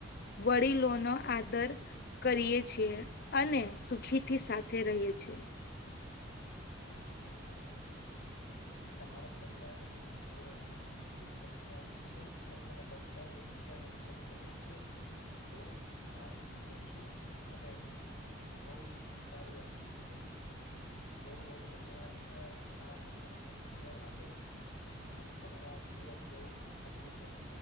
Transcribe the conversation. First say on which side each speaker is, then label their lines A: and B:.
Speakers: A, on the left; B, on the left.
A: વડીલો નો આદર કરીએ છીએ અને, સુખી થી સાથે રહીએ છીએ
B: હા, જ મિત્ર તમારો પરિવાર બહ હાથચુ છે સહકાર જ છે, અને તને બધા જ એકબીજાને મદદ કરી જ છે. બઉ હ હારચું અને બઉ સારું તો બઉ બહ ધન્યવાદ મિત્ર તમારા, હથ જોવા માટે જ આ તમારા દિવસ બહ સાચું જાય